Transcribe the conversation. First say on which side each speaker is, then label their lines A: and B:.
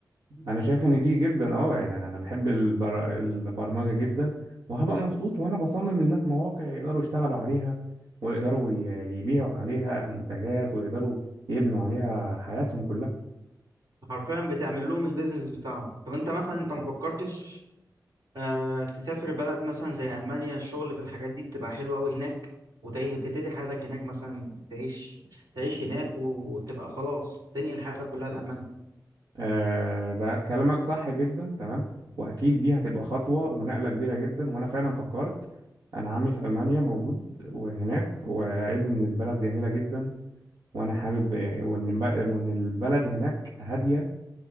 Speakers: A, on the right (about 80°); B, on the right (about 65°).
A: انا شايف ان دي جدا اه يعني انا أنا بحب البر... البرمجه جدا وهبقى مبسوط وانا بصمم للناس مواقع يقدروا يشتغلوا عليها ويقدروا ي- يبيعوا عليها منتجات ويقدروا يبنوا عليها حياتهم كلها
B: حرفيا بتعمل لهم البيزنس بتاعهم طب انت مثلا انت ما فكرتش آه تسافر بلد مثلا زي المانيا الشغل في الحاجات دي بتبقى حلوه قوي هناك وتع- وتبتدي حياتك هناك مثلا تعيش تعيش هناك وتبقى خلاص تنقل حياتك كلها لالمانيا
A: آه، ده كلامك صح جدا تمام واكيد دي هتبقى خطوه ونقله كبيره جدا وانا فعلا فكرت انا عمي في المانيا موجود وهناك وقال لي ان البلد جميله جدا وانا حابب وان وإن البلد هناك هاديه